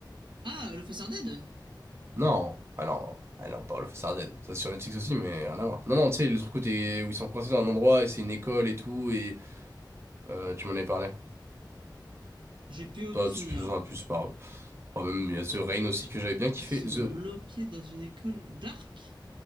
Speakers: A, on the right; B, on the right.
A: Ah, le Face Dead?
B: Non. Ah non. Ah non, Paolo Fessarden. Ça, c'est sur Netflix aussi, mais rien à voir. Non, non, tu sais, le truc où, t'es- où ils sont coincés dans un endroit et c'est une école et tout, et euh, tu m'en avais parlé.
A: J'ai plus aucun
B: Toi,
A: souvenir.
B: tu fais un plus, c'est pas grave. Enfin, même, il y a The Rain aussi que j'avais bien kiffé.
A: Ils sont
B: The.
A: bloqués dans une école dark?